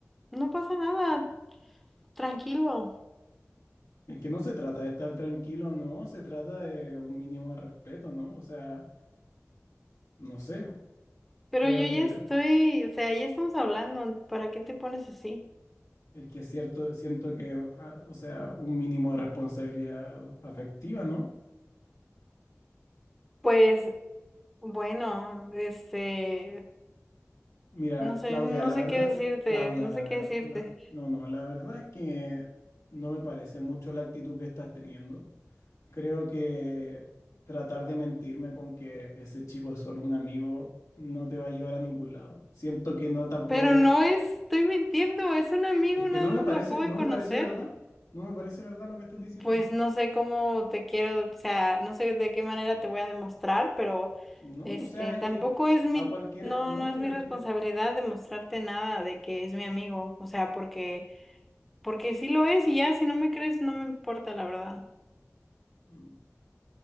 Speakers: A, in the centre; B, on the left.
A: no pasa nada, tranquilo.
B: Es que no se trata de estar tranquilo, no, se trata de un mínimo de respeto, ¿no? O sea, no sé,
A: Pero
B: creo
A: yo ya
B: que
A: estoy, o sea, ya estamos hablando, ¿para qué te pones así?
B: es que es cierto, siento que, ah, o sea, un mínimo de responsabilidad afectiva, ¿no?
A: Pues bueno, este,
B: Mira,
A: no sé,
B: Claudia,
A: no
B: la
A: sé
B: verdad,
A: qué decirte,
B: Claudia,
A: no
B: la
A: sé
B: verdad,
A: qué decirte.
B: la- no, no, la verdad es que no me parece mucho la actitud que estás teniendo. Creo que tratar de mentirme con que ese chico es solo un amigo no te va a llevar a ningún lado. Siento que no tampoco
A: Pero
B: le...
A: no es, estoy mintiendo, es un amigo,
B: Es que
A: nada
B: no
A: más
B: me parece,
A: lo acabo
B: no
A: de conocer.
B: me parece verdad. No me parece verdad lo que estás diciendo.
A: Pues no sé cómo te quiero, o sea, no sé de qué manera te voy a demostrar, pero
B: No,
A: este,
B: o sea, es
A: tampoco
B: que
A: es mi,
B: a cualquiera,
A: no,
B: no,
A: no es
B: pero
A: mi responsabilidad
B: es que
A: demostrarte nada de que es mi amigo, o sea, porque, porque sí lo es y ya, si no me crees, no me importa, la verdad.
B: mm,